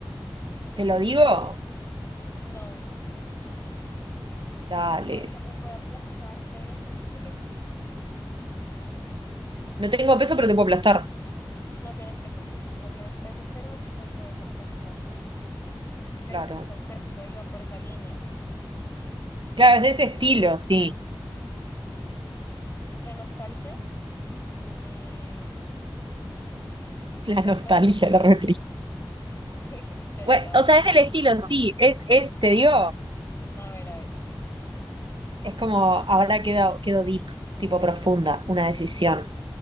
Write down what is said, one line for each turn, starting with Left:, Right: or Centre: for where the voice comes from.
Right: ¿Te lo digo?
Left: No, no
Right: Dale.
Left: me puede, o sea, me puede aplastar, pero ¿qué, qué fue lo que dijiste?
Right: No tengo peso, pero te puedo aplastar.
Left: No tienes peso eso, no tienes peso, pero me puedes aplastar. Pero
Right: Claro.
Left: es un concepto, iba por esa línea.
Right: Claro,
Left: Mm,
Right: es de ese estilo, sí.
Left: la nostalgia, eh,
Right: La
Left: pues
Right: nostalgia,
Left: bueno, no sé,
Right: la re triste.
Left: <laughs> yo
Right: Bueno,
Left: ya toda.
Right: o sea,
Left: sí,
Right: es del estilo,
Left: sí.
Right: sí. Es, es, te digo,
Left: A ver, a ver,
Right: es como ahora quedo, quedo deep, tipo profunda, una decisión.